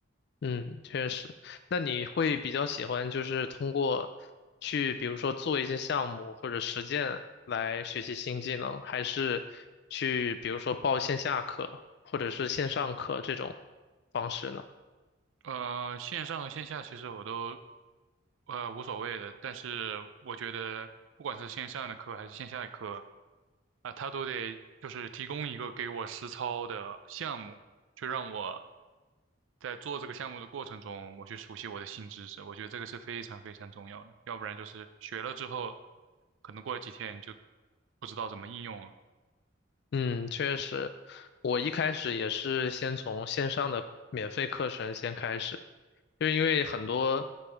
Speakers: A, on the left (about 60°); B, on the right (about 80°).
A: 嗯，确实。那你会比较喜欢就是通过去，比如说做一些项目或者实践来学习新技能，还是去比如说报线下课或者是线上课这种方式呢？
B: 呃，线上和线下其实我都呃无所谓的，但是我觉得不管是线上的课还是线下的课，啊、他都得就是提供一个给我实操的项目，就让我在做这个项目的过程中，我去熟悉我的新知识。我觉得这个是非常非常重要的，要不然就是学了之后，可能过了几天你就不知道怎么应用了。
A: 嗯，确实，我一开始也是先从线上的免费课程先开始，就是因为很多